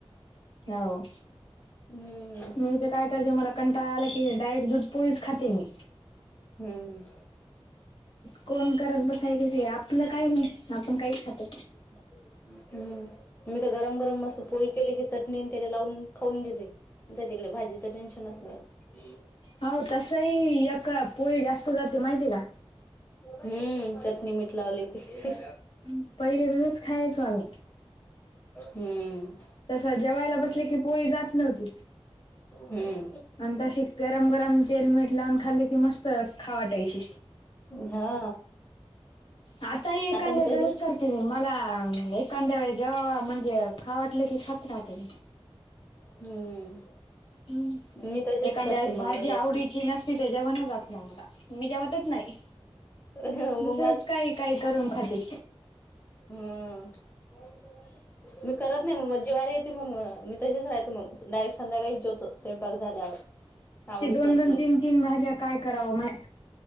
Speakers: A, on the left (about 60°); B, on the left (about 20°).
A: हाव.
B: हम्म.
A: मी ते काय करायचे मला कंटाळाला की डायरेक्ट दूध पोळीच खाते मी.
B: हम्म हम.
A: कोण करत बसायचं ते, आपलं काही नाही आपण काहीही खातो.
B: <inaudible> हम्म. मी तर गरम गरम मस्त पोळी केली की, चटणी त्याला लावून खाऊन घेते. तिकडे भाजीचं टेन्शनच नाही.
A: हो. तसंही एक पोळी जास्त जाते माहितेय का?
B: हम्म चटणी मीठ लावलं की.
A: हम पहिले रोजच खायचो आम्ही.
B: हम्म.
A: तस जेवायला बसल की पोळी जात नव्हती.
B: हम्म.
A: आणि तशी गरम गरम तेल, मीठ लावून खाल्ली की मस्त खाऊ वाटायची.
B: हा.
A: आता हि एखांद्या
B: मी
A: वेळेस
B: तशीच
A: तसंच करते मी. मला एखांद्या वेळेस जेवावं म्हणजे खाव वाटलं की खात राहते मी.
B: हम्म.
A: हम्
B: मी तशीच
A: <unintelligible> एखांद्या
B: करते
A: वेळेस भाजी
B: मग मला
A: आवडीची नसती तर जेवणच जात नाही मला, ‌मी जेवतच नाही.
B: मग
A: दुसरंच काही काही करून खाती.
B: हम् मी करत नाही मग म जीवारी येते मग मी तसेच राहतो मग, डायरेक्ट संध्याकाळीच जेवतो स्वयंपाक झाल्यावर. आवडीच
A: ते दोन
B: असलं
A: दोन, तीन
B: की
A: तीन भाज्या काय करावं माय?